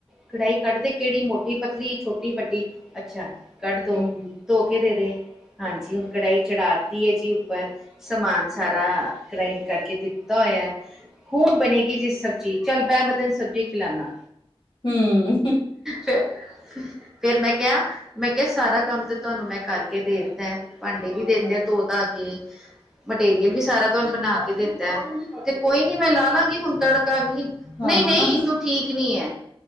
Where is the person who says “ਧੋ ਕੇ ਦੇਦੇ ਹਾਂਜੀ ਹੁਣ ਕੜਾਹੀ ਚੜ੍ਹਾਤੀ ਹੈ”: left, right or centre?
Centre